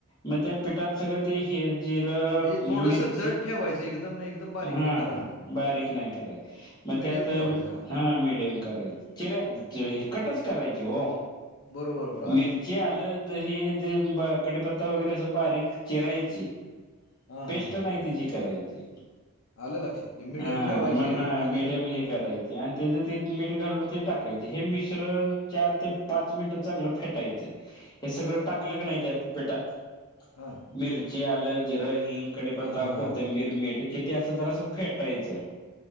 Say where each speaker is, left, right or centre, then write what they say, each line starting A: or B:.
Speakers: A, on the left; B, on the left.
A: मग त्या पिठात सगं ते हे जिरं
B: म्हणजे थोडंसं
A: मिरची
B: जड ठेवायचं एकदम, एकदम बारीक
A: हा
B: बी करायचं
A: हा
B: नाही.
A: बारीक नाही करायच मग
B: मीडियम
A: त्यात
B: ठेवायचं. हां.
A: हा मीडियम करायच चिरा हे कटच करायची हो.
B: बरोबर बर.
A: मिरची आलं द हे कडीपत्ता वगैरे असं बारीक चिरायचे.
B: हां,
A: पेस्ट
B: हां, हां,
A: नाही
B: हां.
A: तिची करायची.
B: आलं लक्षात. ते मीडियम
A: हा
B: ठेवायचे
A: मग हा
B: आणि
A: मीडियम हे करायच. आणि त्याच ते मीठ घालून ते टाकायचे हे मिश्रण चार ते पाच मिनिट चांगलं फेटायचं. हे सगळं टाकलं की नाही त्या पिटात
B: हम.
A: मिरची, आलं, जिरं, हिंग, कढीपत्ता,
B: हां,
A: कोथंबीर,
B: हां.
A: मीठ किती असं जरा असं फेटायचं.